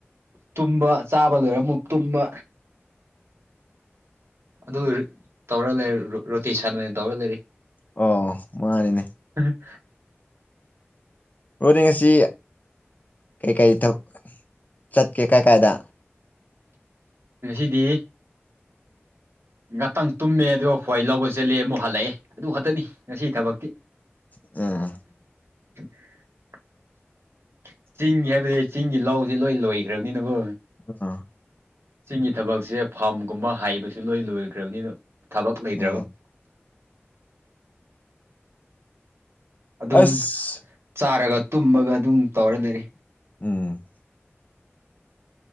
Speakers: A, on the right; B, on the left.
A: ꯇꯨꯝꯕ ꯆꯥꯕ ꯂꯣꯏꯔꯒ ꯑꯃꯨꯛ ꯇꯨꯝꯕ ꯑꯗꯨ ꯇꯧꯔ ꯂꯩ ꯔꯣꯇꯤ ꯁꯅꯕ ꯑꯣꯏꯅ ꯇꯧꯔ ꯂꯩꯔ
B: ꯑꯣ ꯃꯥꯅꯤꯅꯦ
A: ꯑ
B: ꯑꯣꯗꯤ ꯉꯁꯤ ꯀꯩ ꯀꯩ ꯏ ꯊ ꯆꯠꯀꯦ ꯀꯥꯏ ꯀꯥꯏꯗ
A: ꯁꯤꯗꯤ ꯉꯥꯛꯇꯪ ꯇꯨꯝꯃꯦ ꯑꯗꯨꯒ ꯈ꯭ꯋꯥꯏ ꯂꯧꯕ ꯆꯠꯂꯦ ꯑꯃꯨꯛ ꯍꯜꯂꯛꯑꯦ ꯑꯗꯨ ꯈꯛꯇꯅꯤ ꯉꯁꯤ ꯊꯕꯛꯇꯤ
B: ꯎꯝ
A: <inaudible> ꯆꯤꯡ ꯍꯥꯏꯕꯗꯤ ꯆꯤꯡꯒꯤ ꯂꯧꯁꯤ ꯂꯣꯏ ꯂꯣꯏꯈ꯭ꯔꯕꯅꯤꯅꯕꯨ
B: ꯑ
A: ꯆꯤꯡꯒꯤ ꯊꯕꯛꯁꯦ ꯐꯥꯔꯝꯒꯨꯝꯕ ꯍꯥꯏꯩꯕꯁꯨ ꯂꯣꯏ ꯂꯣꯏꯈ꯭ꯔꯕꯅꯤꯅ ꯊꯕꯛ ꯂꯩꯗ꯭ꯔꯕ
B: ꯎꯝ
A: ꯑꯗꯨꯝ
B: ꯑꯁ
A: ꯆꯥꯔꯒ ꯇꯨꯝꯃꯒ ꯑꯗꯨꯝ ꯇꯧꯔꯦ ꯂꯩꯔ
B: ꯎꯝ